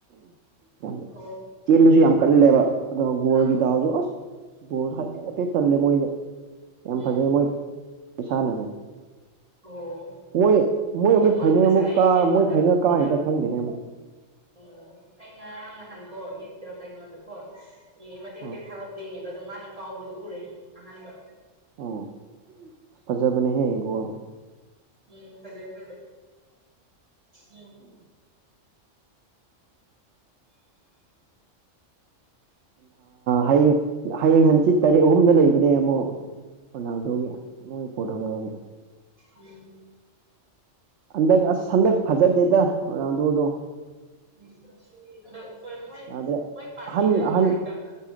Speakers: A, on the right (about 65°); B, on the right (about 25°).
A: ꯌꯥꯝ
B: ꯑꯣ
A: ꯆꯦꯟꯕꯁꯨ ꯌꯥꯝ ꯀꯜꯂꯦꯕ ꯑ ꯒꯣꯜꯒꯤ
B: ꯑꯥ
A: ꯗꯥꯎꯁꯨ ꯑꯁ ꯕꯣꯜꯁꯨ ꯍꯥꯏꯐꯦꯠ ꯍꯥꯏꯐꯦꯠ ꯆꯜꯂꯦ ꯃꯣꯏꯗꯤ ꯌꯥꯝ
B: ꯎꯝ
A: ꯐꯖꯩ ꯃꯣꯏ ꯈꯨꯁꯥꯟꯅꯁꯦ
B: ꯑꯣ
A: ꯃꯣꯏ ꯃꯣꯏ
B: ꯍꯣꯏ
A: ꯑꯃꯨꯛ ꯐꯥꯏꯅꯦꯜ
B: ꯄꯩꯁꯥ
A: ꯑꯃꯨꯛ
B: ꯑꯩ
A: ꯀꯥ
B: ꯀꯩꯅꯣꯗ
A: ꯃꯣꯏ ꯐꯥꯏꯅꯦꯜ
B: ꯍꯟꯗꯛ
A: ꯀꯥ ꯍꯦꯛꯇ ꯈꯪꯗꯦꯅꯦꯃ
B: ꯑꯣ ꯑꯩ ꯉꯔꯥꯡ ꯅꯍꯥꯟꯀꯣ ꯃꯤꯠꯇ ꯀꯩꯅꯣꯗꯀꯣ ꯌꯦ ꯃꯇꯦꯛ ꯃꯇꯦꯛ
A: ꯑꯥ
B: ꯊꯥꯂꯛꯄ ꯌꯦꯉꯦꯕ ꯑ ꯃꯥꯅ ꯀꯥꯎꯕꯗꯨ ꯎꯔꯦ ꯑꯍꯥꯟꯕ
A: ꯑꯣ ꯐꯖꯕꯅꯦ ꯍꯦ ꯏꯣ
B: ꯎꯝ ꯐꯔꯦ ꯐꯔꯦ ꯎꯝ <unintelligible>
A: ꯍꯌꯦꯡ ꯍꯌꯦꯡ ꯍꯪꯆꯤꯠ ꯇꯔꯦꯠ ꯑꯍꯨꯝꯗ ꯂꯩꯕꯅꯦ ꯑꯃꯨꯛ ꯔꯣꯅꯥꯜꯗꯣꯒꯤ ꯏꯕꯨꯡꯒꯤ ꯄꯣꯔꯇꯨꯒꯜꯒꯤ
B: ꯎꯝ
A: ꯍꯟꯗꯛ ꯑꯁ ꯍꯟꯗꯛ ꯐꯖꯗꯦꯗ ꯔꯣꯅꯥꯜꯗꯣꯗꯣ
B: ꯎꯝ ꯍꯗ ꯍꯣꯏ ꯃꯣꯏ
A: ꯌꯥꯗ꯭ꯔꯦ
B: ꯃꯣꯏ ꯄꯥꯇꯔꯅꯅꯨꯡꯉꯥꯏ
A: ꯑꯍꯟ ꯑꯍꯟ
B: ꯇꯥ